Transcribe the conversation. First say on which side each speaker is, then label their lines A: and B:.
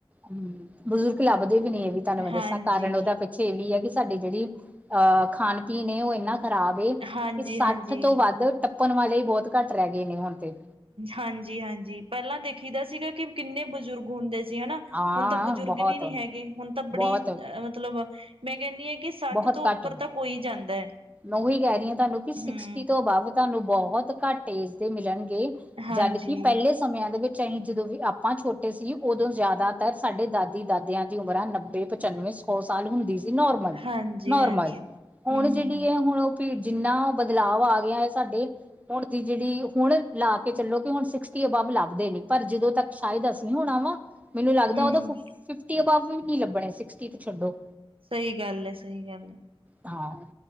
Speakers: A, on the right (about 15°); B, on the right (about 75°).
A: ਹਮ ਬਜ਼ੁਰਗ ਲੱਭਦੇ ਵੀ ਨੀ, ਇਹ ਵੀ ਤੁਹਾਨੂੰ ਮੈਂ
B: ਹਾਂਜੀ
A: ਦੱਸਾਂ ਕਾਰਨ ਉਹਦਾ ਛੇੜੀ ਹੈ, ਕਿ ਸਾਡੀ ਜਿਹੜੀ ਅਹ ਖਾਣ ਪੀਣ ਐ, ਉਹ ਇੰਨਾ ਖ਼ਰਾਬ ਏ।
B: ਹਾਂਜੀ
A: ਤੇ ਸੱਠ
B: ਹਾਂਜੀ
A: ਤੋਂ ਵੱਧ ਟੱਪਣ ਵਾਲੇ ਹੀ, ਬਹੁਤ ਘੱਟ ਰਹਿ ਗਏ ਨੇ ਹੁਣ ਤੇ।
B: ਹਾਂਜੀ ਹਾਂਜੀ, ਪਹਿਲਾਂ ਦੇਖੀ ਦਾ ਸੀਗਾ ਕਿ ਕਿੰਨੇ ਬਜ਼ੁਰਗ ਹੁੰਦੇ ਸੀ, ਹੈਨਾ।
A: ਹਾਂ
B: ਹੁਣ ਤਾਂ ਬਜ਼ੁਰਗ
A: ਬਹੁਤ
B: ਵੀ ਨਹੀਂ ਹੈਗੇ, ਹੁਣ ਤਾਂ ਬੜੀ
A: ਬਹੁਤ
B: ਮਤਲਬ ਮੈਂ ਕਹਿੰਦੀ ਹਾਂ ਕਿ ਸੱਠ
A: ਬਹੁਤ
B: ਤੋਂ ਉੱਪਰ
A: ਘੱਟ
B: ਤਾਂ ਕੋਈ ਜਾਂਦਾ ਹੈ,
A: ਮੈਂ ਉਹੀ ਕਹਿ ਰਹੀ ਹਾਂ ਤੁਹਾਨੂੰ ਕਿ ਸਿਕਸਟੀ
B: ਹੂ।
A: ਤੋਂ ਅਬਵ ਤੁਹਾਨੂੰ ਬਹੁਤ ਘੱਟ ਏਜ ਦੇ ਮਿਲਣਗੇ,
B: ਹਾਂਜੀ,
A: ਜਦਕਿ ਪਹਿਲੇ ਸਮਿਆਂ ਦੇ ਵਿੱਚ ਅਸੀਂ, ਜਦੋਂ ਵੀ ਆਪਾਂ ਛੋਟੇ ਸੀ, ਉਦੋਂ ਜ਼ਿਆਦਾਤਰ ਸਾਡੇ ਦਾਦੀ ਦਾਦਿਆਂ ਦੀ ਉਮਰਾਂ ਨੱਬੇ ਪਚਾਨਵੇਂ ਸੌ ਸਾਲ ਹੁੰਦੀ ਸੀ, ਨੋਰਮਲ।
B: ਹਾਂਜੀ,
A: ਨੋਰਮਲ,
B: ਹਾਂਜੀ। ਹੂੰ,
A: ਹੁਣ ਜਿਹੜੀ
B: ਹੂੰ, ਹੂੰ,
A: ਹੈ ਹੁਣ ਉਹ ਭੀੜ ਜਿੰਨਾ ਬਦਲਾਵ ਆ ਗਿਆ ਹੈ, ਸਾਡੇ ਹੁਣ ਦੀ ਜਿਹੜੀ, ਹੁਣ ਲਾ ਕੇ ਚੱਲੋ ਕਿ ਹੁਣ ਸਿਕਸਟੀ ਅਬਵ ਲੱਭਦੇ ਨਹੀ, ਪਰ ਜਦੋਂ ਤੱਕ ਸ਼ਾਇਦ ਅਸੀ ਨੀ ਹੋਣਾ ਵਾ, ਮੈਨੂੰ ਲੱਗਦਾ
B: ਹੂੰ।
A: ਉਹ ਫਿਫਟੀ ਅਬਵ ਨੀ ਲੱਭਣੇ, ਸਸਟੀ ਤੇ ਛੱਡੋ।
B: ਸਹੀ ਗੱਲ ਹੈ, ਸਹੀ ਗੱਲ ਹੈ
A: ਹਾਂ